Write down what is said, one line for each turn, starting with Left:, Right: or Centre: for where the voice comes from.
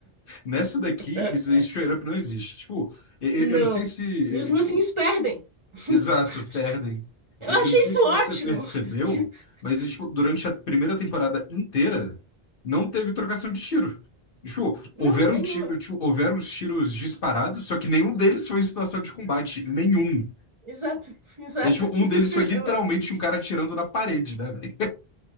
Left: Nessa daqui,
Right: <laughs>
Left: isso, isso straight up não existe. Tipo, eu,
Right: Não.
Left: eu não sei se.
Right: E os
Left: eu-
Right: mocinhos
Left: tipo,
Right: perdem. <laughs>
Left: Exato, perdem.
Right: Eu
Left: E-
Right: achei
Left: Eu não sei
Right: isso
Left: se você
Right: ótimo.
Left: percebeu,
Right: <laughs>
Left: mas tipo, durante a primeira temporada inteira não teve trocação de tiro. Tipo,
Right: Não,
Left: houveram
Right: nenhuma.
Left: tiro, tipo, houveram os tiros disparados, só que nenhum deles foi em situação de combate, nenhum.
Right: Exato, exato.
Left: E, tipo, um deles
Right: <laughs>
Left: foi literalmente
Right: Eu-
Left: um cara atirando na parede, né, velho?